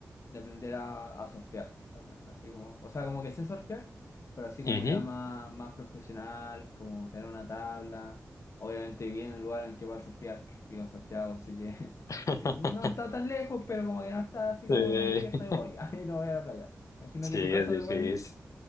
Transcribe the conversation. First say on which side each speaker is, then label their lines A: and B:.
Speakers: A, on the left (about 60°); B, on the left (about 80°).
A: de aprender a, a surfear también. Así como, o sea, como que sé surfear, pero así como
B: Ujú.
A: ya más, más profesional, como tener una tabla. Obviamente bien en el lugar en el que voy a surfear, digo en Santiago, así que
B: <laughs>
A: <laughs> no está tan lejos, pero como que no está así
B: Sí,
A: como me despierto y voy, <laughs> ahí no voy a la playa. Me Imagino
B: sí,
A: que tu caso
B: es difícil.
A: igual,